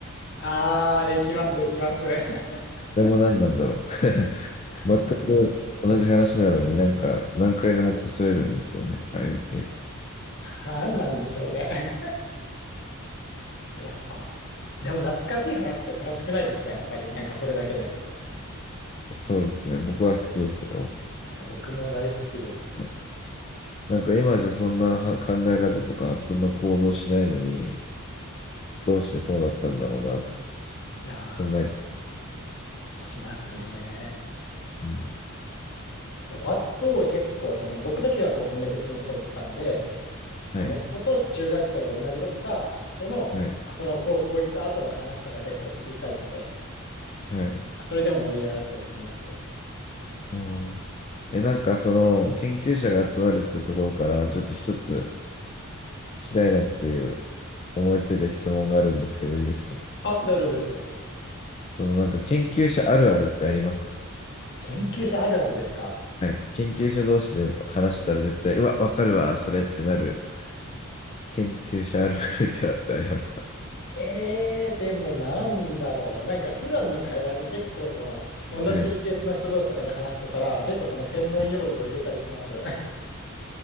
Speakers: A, on the left (about 55°); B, on the left (about 30°).
A: あー、できます、できます。<laughs>
B: でも何なんだろう。全く同じ話なのになんか何回でも擦れるんですよね。
A: なん
B: ああいう系って。
A: なんなんなんでしょうね。<laughs> やっぱ、でも懐かしい話って楽しくないですか、やっぱり。なんかそれだけで。
B: そうですね。僕は好きですよ。
A: いや僕も大好きです。
B: ねなんか今じゃそんなは考え方とか、そんな行動しないのに、どうしてそうだったんだろうなとか
A: あ
B: 考えちゃ
A: あ、しますね。
B: う。うん。
A: そう、あとは結構その僕だけが高専で別のとこ行ったんで、もともと中学校で同じだった人の、
B: はい。はい。
A: まあその高校行った後の話とか結構聞いたりして、
B: はい。
A: それでも盛り上がったりします。
B: うん。え、なんかその研究者が集まるっていうところから、ちょっと一つ聞きたいなっていう思いついた質問があるんですけど、いいですか
A: あ、大丈夫ですよ。
B: そのなんか研究者あるあるってありますか
A: 研究者あるあるですか
B: はい、研究者同士で話したら絶対、うわ、わかるわ、それってなる研究者あるあるみたいなのってありますか
A: えー、でもなんだろう。なんか普段の会話に結構その、同じ研究室の人同士とかで話してたら、
B: <laughs> はい。
A: 結構その専門用語を入れたりします。
B: はい、
A: <laughs>